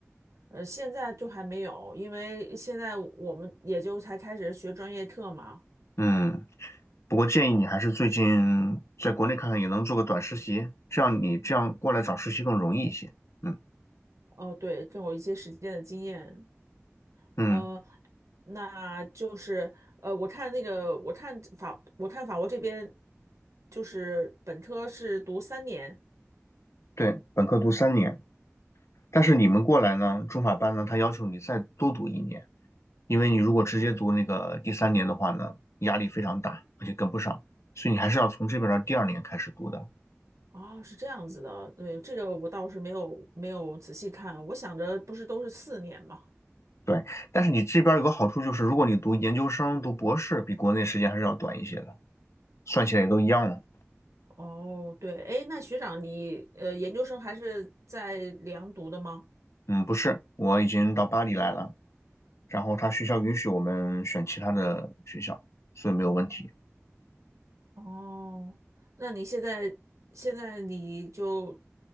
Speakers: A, on the right; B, on the left.
A: 呃，现在就还没有，因为现在我们也就才开始学专业课嘛。
B: 嗯，不过建议你还是最近在国内看看，也能做个短实习，这样你这样过来找实习更容易一些。嗯
A: 哦，对，更有一些实践的经验。
B: 嗯，
A: 呃，那就是呃，我看那个，我看法，我看法国这边就是本科是读三年
B: 对，本科读三年。但是你们过来呢，中法班呢，他要求你再多读一年，因为你如果直接读那个第三年的话呢，压力非常大，而且跟不上，所以你还是要从这边的第二年开始读的。
A: 啊，是这样子的。对，这个我倒是没有没有仔细看，我想着不是都是四年嘛。
B: 对，但是你这边有个好处就是，如果你读研究生、读博士，比国内时间还是要短一些的，算起来也都一样了。
A: 哦，对，哎，那学长你呃研究生还是在里昂读的吗？
B: 嗯，不是，我已经到巴黎来了，然后他学校允许我们选其他的学校，所以没有问题。
A: 哦，那你现在现在你就